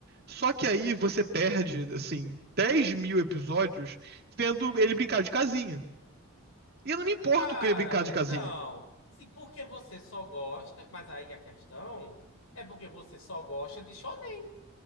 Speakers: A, on the right (about 45°); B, on the left (about 70°).
A: Só que aí você perde, assim, dez mil episódios vendo ele brincar de casinha. E eu não me importo
B: Cara,
A: com ele brincar de casinha.
B: não. Sim, porque você só gosta. Mas aí a questão é porque você só gosta de shonen.